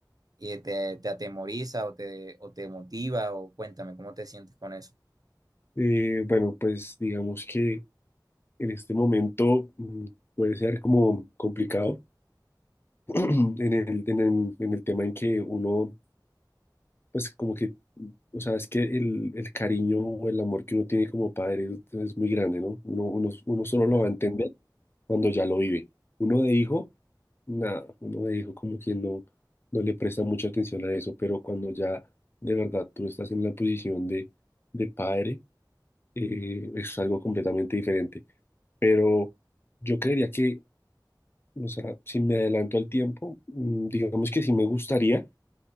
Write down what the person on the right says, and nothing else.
y te, te atemoriza o te, o te motiva, o cuéntame cómo te sientes con eso.
Ujú,